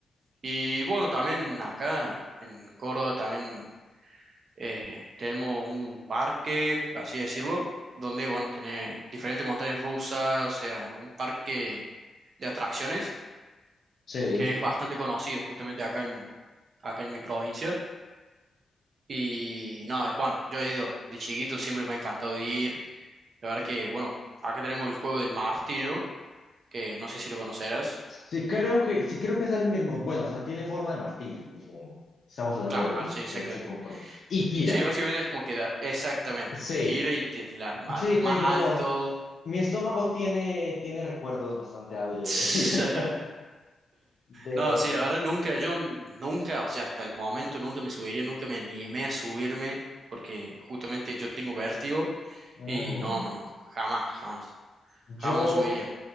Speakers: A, on the right (about 50°); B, on the left (about 45°).
A: Y bueno, también acá en Córdoba también Eh, tenemos un parque, por así decirlo, donde, bueno, tenés diferentes montañas rusas, o sea, un parque de atracciones
B: Sí.
A: que es bastante conocido justamente acá en, acá en mi provincia. Y no, bueno, yo he ido de chiquito, siempre me ha encantado ir. La verdad que, bueno, acá tenemos el juego del martillo, que no sé si lo conocerás.
B: Sí creo que, sí creo que es el mismo. Bueno, o sea, tiene forma de martillo, supongo. Estamos hablando
A: Claro,
B: del mismo.
A: sí, exactamente.
B: A ver si conformo. Y gira.
A: Sí, básicamente es como que da, exactamente,
B: Sí,
A: gira y te, la- a
B: sí,
A: lo más
B: tengo.
A: alto.
B: Mi estómago tiene, tiene recuerdos bastante ávidos
A: <laughs>
B: de, <laughs> de
A: No,
B: eso.
A: sí, la verdad nunca, yo n- nunca, o sea, hasta el momento nunca me subiría, nunca me animé a subirme, porque justamente yo tengo vértigo
B: Mm.
A: y no, no, jamás, jamás,
B: Yo,
A: jamás me subiría.